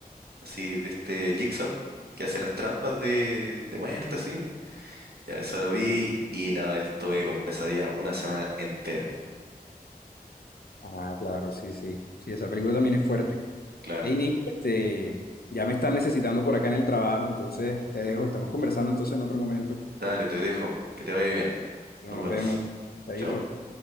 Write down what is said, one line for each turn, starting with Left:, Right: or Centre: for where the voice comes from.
Right: así de este Jigsaw que hace las trampas de, de muerte, así. Ya eso lo vi y nada, estuve con pesadilla una semana entera.
Left: Ah, claro, sí, sí. Sí, esa película también es fuerte.
Right: Claro.
Left: Hey Nick, este, ya me están necesitando por acá en el trabajo, entonces te dejo, estamos conversando entonces en otro momento,
Right: Dale, te dejo. Que te vaya bien.
Left: pero
Right: Nos
Left: nos
Right: vemos.
Left: vemos. Chaito.
Right: Chao.